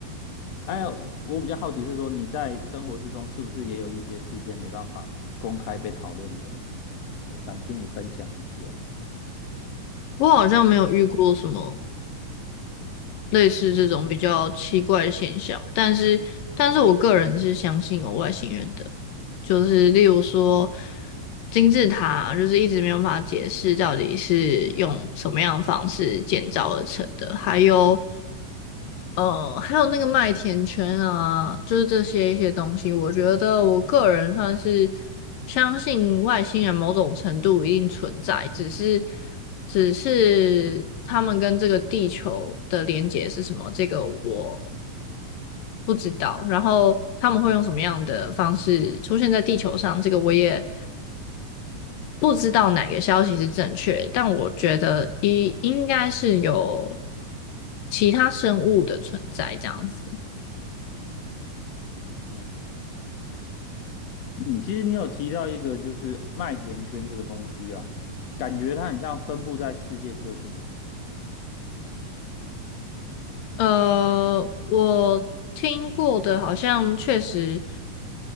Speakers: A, on the left; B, on the left.
A: 哎，我比较好奇是说你在生活之中是不是也有一些事件没办法公开被讨论的？也想听你分享一些啊。
B: 我好像没有遇过什么类似这种比较奇怪的现象，但是，但是我个人是相信有外星人的，就是例如说金字塔，就是一直没有办法解释到底是用什么样的方式建造而成的，还有呃，还有那个麦田圈啊，就是这些一些东西，我觉得我个人算是相信外星人某种程度一定存在，只是只是他们跟这个地球的连接是什么，这个我不知道。然后他们会用什么样的方式出现在地球上，这个我也不知道哪个消息是正确，但我觉得一应该是有其他生物的存在这样子。
A: 嗯，嗯其实你有提到一个就是麦田圈这个东西啊，感觉它很像分布在世界各地耶。
B: 呃，我听过的好像确实